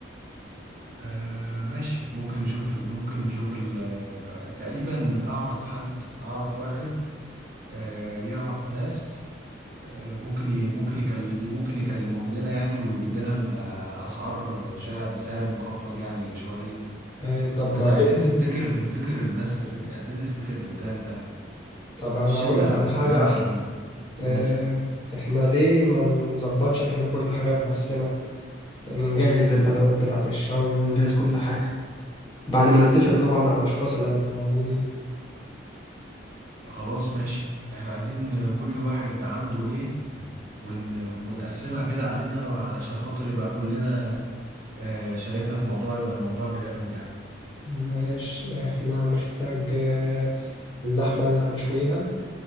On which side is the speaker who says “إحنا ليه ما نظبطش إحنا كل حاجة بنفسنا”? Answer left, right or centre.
Left